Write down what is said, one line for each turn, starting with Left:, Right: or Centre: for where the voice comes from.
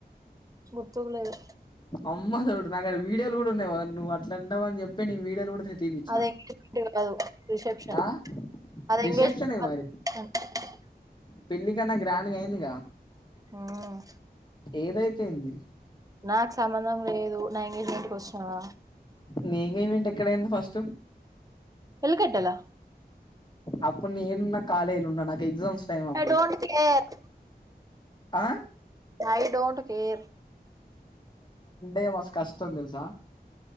Right: గుర్తుకులేదు
Left: అమ్మ తోడు నాకాడ వీడియోలు కూడా ఉన్నాయి నువ్వు అట్లాంటవ అని చెప్పి నీ వీడియోలు కూడా తీపిచ్చిన
Right: అది ఎంగేజ్మెంట్ కాదు రిసెప్షన్
Left: ఆ
Right: అది
Left: రిసెప్షన్
Right: ఎంగేజమెట్
Left: ఏ మరి
Right: కాదు
Left: పెళ్లి కన్నా గ్రాండ్గా అయిందిగా
Right: హ్మ్
Left: ఏదైతేయింది
Right: నాకు సంబంధం లేదు నా ఎంగేజ్మెంట్కి వచ్చినవా
Left: నీ ఎంగేజ్మెంట్ ఎక్కడైంది ఫస్ట్
Right: కట్టలా
Left: అప్పుడు నేనున్న కాలేజ్లో ఉన్నా నాకు ఎగ్జామ్స్ టైమ్ అప్పుడు
Right: ఐ డోంట్ కేర్
Left: ఆ
Right: ఐ డోంట్ కేర్
Left: ఎ మస్ కష్టం దెల్సా